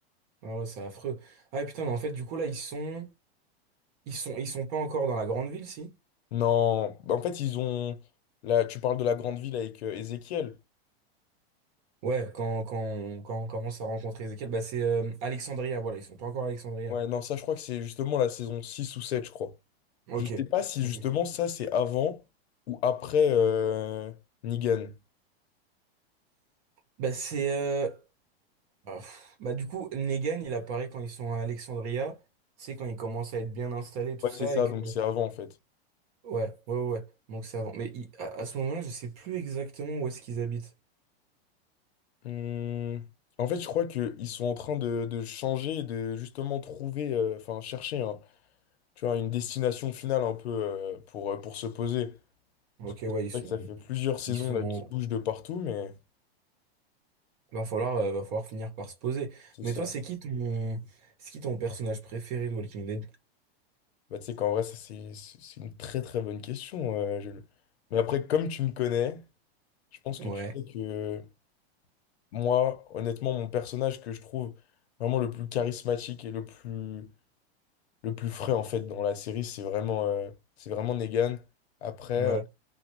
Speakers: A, on the right (about 35°); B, on the left (about 80°).
A: Ah ouais, c'est affreux. Ah ouais, putain, mais en fait, du coup là, ils sont ils sont ils sont pas encore dans la grande ville, si?
B: Non, bah, en fait, ils ont... Là, tu parles de la grande ville avec euh, Ezekiel.
A: Ouais, quand quand on, quand on commence à rencontrer Ezekiel, bah c'est euh, Alexandria, voilà, ils sont pas encore à Alexandria.
B: Ouais, non, ça, je crois que c'est justement la saison 6 ou 7 je crois.
A: OK.
B: Je sais pas si
A: OK.
B: justement ça, c'est avant ou après euh, Negan.
A: Bah c'est euh, ah, pff, bah du coup Negan, il apparaît quand ils sont à Alexandria, c'est quand ils commencent à être bien installés tout
B: Ouais,
A: ça
B: c'est ça,
A: et que
B: donc c'est avant en fait.
A: Ouais, ouais, ouais. ouais. Donc c'est avant. Mais il- à, à ce moment-là, je sais plus exactement où est-ce qu'ils habitent.
B: Hmm. En fait, je crois qu'ils sont en train de, de changer, de justement trouver, euh, enfin chercher, un- tu vois, une destination finale un peu euh, pour, euh, pour se poser.
A: Ok,
B: C'est
A: ouais, ils
B: vrai
A: sont,
B: que ça fait plusieurs saisons
A: ils sont.
B: là
A: en-
B: qui bougent de partout, mais
A: Va falloir, euh, va falloir finir par se poser.
B: c'est
A: Mais
B: ça.
A: toi, c'est qui ton, c'est qui ton personnage préféré de Walking Dead?
B: Bah, tu sais qu'en vrai, ça, c'est c'est- c'est une très très bonne question. euh, Jules. Mais après, comme tu me connais, je pense que
A: Ouais,
B: tu sais que moi, honnêtement, mon personnage que je trouve vraiment le plus charismatique et le plus le plus frais en fait dans la série, c'est vraiment, euh, c'est vraiment Negan. Après,
A: ouais.
B: euh,